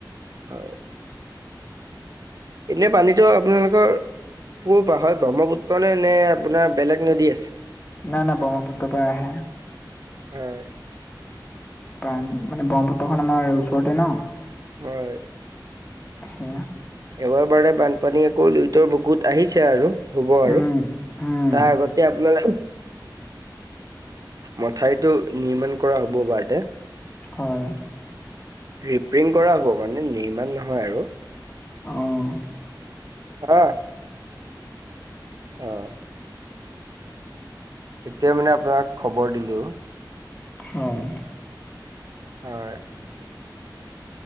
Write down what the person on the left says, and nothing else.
ন না ব্ৰহ্মপুত পৰাহে আহে।
কাৰণ মানে ব্ৰহ্মপুত্ৰখন আমাৰ ওচৰতে ন।
হা
উম উম
হয়।
অ'।
হয়।